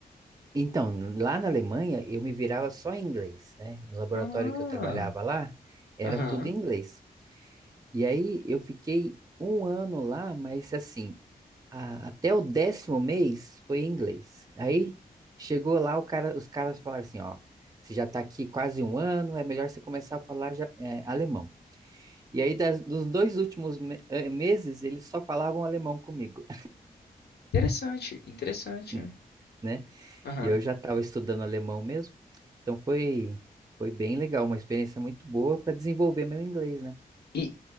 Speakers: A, on the right; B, on the left.
A: Então, lá na Alemanha, eu me virava só em inglês, né? No laboratório
B: Ah,
A: que eu trabalhava lá, era
B: aham,
A: tudo em inglês. E aí eu fiquei um ano lá, mas assim, a- até o décimo mês foi em inglês. Aí chegou lá, o cara, os caras falaram assim, ó, você já tá aqui quase um ano, é melhor você começar a falar já- é, alemão. E aí, das- dos dois últimos me- eh, meses, eles só falavam alemão comigo,
B: interessante, interessante.
A: <laughs>
B: é.
A: né?
B: Aham.
A: E eu já estava estudando alemão mesmo, então foi, foi bem legal, uma experiência muito boa para desenvolver meu inglês, né?
B: E,